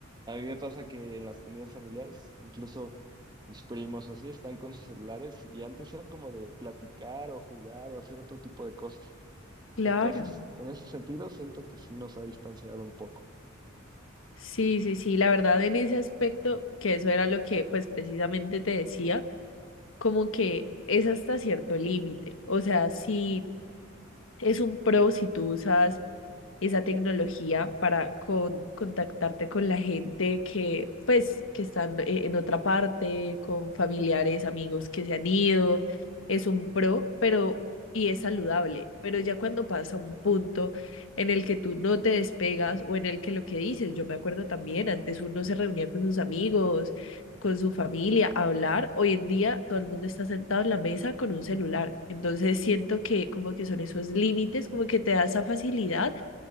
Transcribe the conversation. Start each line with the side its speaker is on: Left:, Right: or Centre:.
Right: a mí me pasa que en las comidas familiares, incluso mis primos o así están con sus celulares y antes era como de platicar o jugar o hacer otro tipo de cosas.
Left: Claro.
Right: Entonces, en ese sentido, siento que sí nos ha distanciado un poco.
Left: Sí, sí, sí, la verdad en ese aspecto, que eso era lo que pues precisamente te decía, como que es hasta cierto límite. O sea, si es un pro si tú usas esa tecnología para con- contactarte con la gente que, pues, que están eh, en otra parte, con familiares, amigos que se han ido. Es un pro, pero, y es saludable. Pero ya cuando pasa un punto en el que tú no te despegas o en el que lo que dices, yo me acuerdo también, antes uno se reunía con sus amigos con su familia, a hablar. Hoy en día todo el mundo está sentado en la mesa con un celular. Entonces siento que como que son esos límites, como que te da esa facilidad,